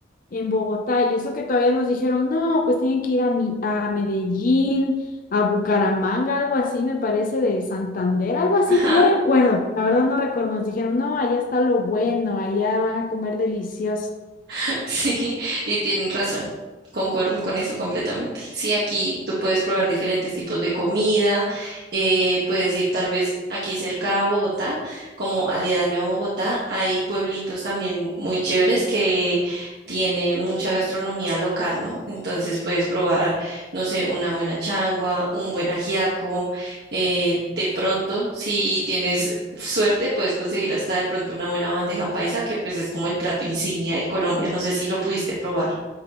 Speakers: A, on the left (about 45°); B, on the right (about 60°).
A: en Bogotá. Y eso que todavía nos dijeron, no, pues tienen que ir a, Mi- a Medellín, a Bucaramanga, algo así, me parece, de Santander, algo así.
B: ajá.
A: No recuerdo, la verdad no recuerdo. Nos dijeron, no, allá está lo bueno, allá van a comer delicioso.
B: <laughs> Sí, y tienen razón. Concuerdo con eso completamente. Sí, aquí tú puedes probar diferentes tipos de comida, eh, puedes ir tal vez aquí cerca a Bogotá, como aledaño a Bogotá, hay pueblitos también muy chéveres que tienen mucha gastronomía local, ¿no? Entonces puedes probar, no sé, una buena changua, un buen ajiaco, eh, de pronto, si tienes suerte puedes conseguir hasta de pronto una buena bandeja paisa, que pues es como el plato insignia de Colombia. No sé si lo pudiste probar.